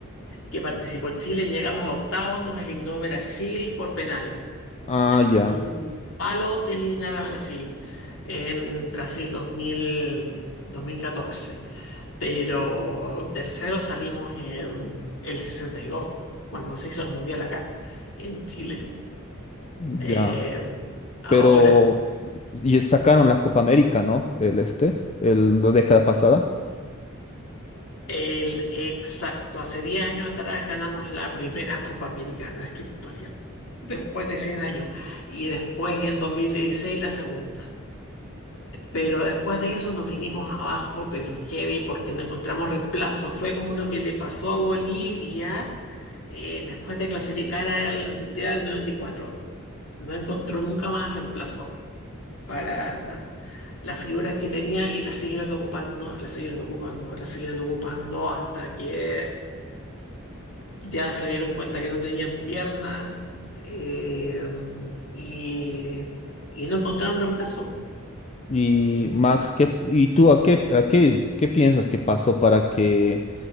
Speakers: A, on the left (about 65°); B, on the left (about 30°).
A: que participó Chile, llegamos a octavos, nos eliminó Brasil por penales.
B: Ah,
A: Estuvimos
B: ya,
A: un palo de eliminar a Brasil en Brasil 2000, 2014, pero tercero salimos en el 62, cuando se hizo el Mundial acá, en Chile.
B: ya.
A: Eh, ahora.
B: Pero y sacaron
A: sí.
B: la Copa América, ¿no? El este, el, la década pasada.
A: El, exacto, hace 10 años atrás ganamos la primera <laughs> Copa América de nuestra historia, después de 100 años, y después en 2016 la segunda. Pero después de eso nos vinimos abajo, pero heavy, porque no encontramos reemplazo. Fue como lo que le pasó a Bolivia eh, después de clasificar al Mundial del 94. No encontró nunca más reemplazo para las figuras que tenía y las siguieron ocupando, las siguieron ocupando, las siguieron ocupando hasta que ya se dieron cuenta que no tenían piernas eh, y, y no encontraron reemplazo.
B: Y Max, ¿qué, y tú a qué, a qué, qué piensas que pasó para que